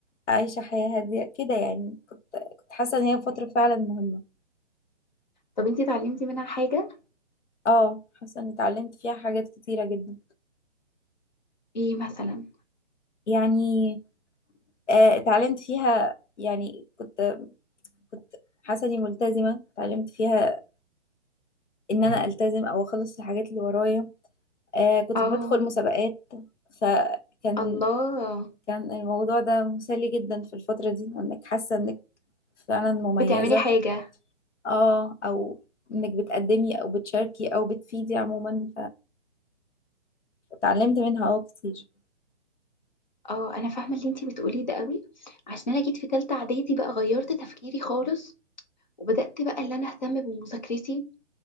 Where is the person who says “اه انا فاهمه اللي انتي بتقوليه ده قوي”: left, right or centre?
Left